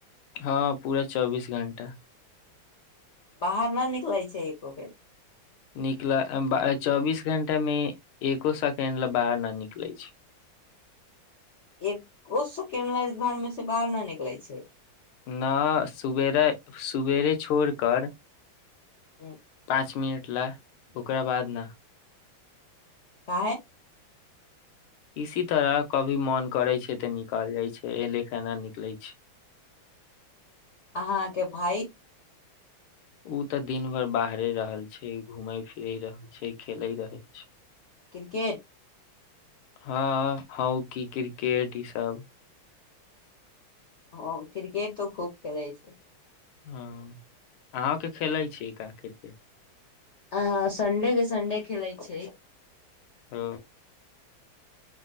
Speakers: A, on the left; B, on the left.
A: हँ पूरा चौबीस घण्टा
B: बाहर न निकलै छै एको बेर
A: निकल चौबीस घंटा में एको सेकेंड ले बाहर न निकले छै
B: एक ओ सेकेंड ल घर में से बाहर न निकलै छै
A: न सुबेर सुवेरे छोड़ कर
B: ओ <inaudible> <inaudible>
A: पाँच मिनट ला ओकरा बाद न
B: काहे
A: इसी तरह कभी मन करे छै ते निकल जाय छै एले केे न निकले छै
B: अहाँके भाई
A: ओ त दिन भर बाहरे रहल छै घूमे फिरे रहल छै खेले रहल छै
B: क्रिकेट
A: हँ हॉकी क्रिकेट ई सब
B: हा क्रिकेट तऽ खूब खेलै छै
A: हा अहके खेलैत छी का क्रिकेट
B: आ संडे के संडे खेलैत छै
A: ओ